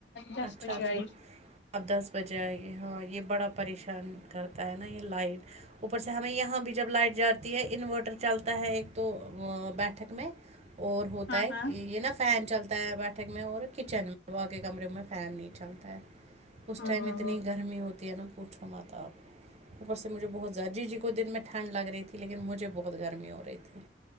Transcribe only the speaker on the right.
اچھا
اچھا
اب دس بجے آئے گی ہاں یہ بڑا پریشان کرتا ہے نا یہ لائٹ اوپر سے ہمیں یہاں بھی جب لائٹ جاتی یہ انورٹر چلتا ہے ایک تو بیٹھک میں اور ہوتا
ہے
یہ نا فین چلتا ہے بیٹھک میں اور کچن میں واق کمرے میں فین نہیں چلتا ہے اس
ٹائم
اتنی
گرمی ہوتی ہے نا پوچھو ماتب اوپر سے مجھے بہت زیادہ جی جی کو دن میں ٹھنڈ لگ رہی تھی لیکن مجھے بہت گرمی ہو رہی تھی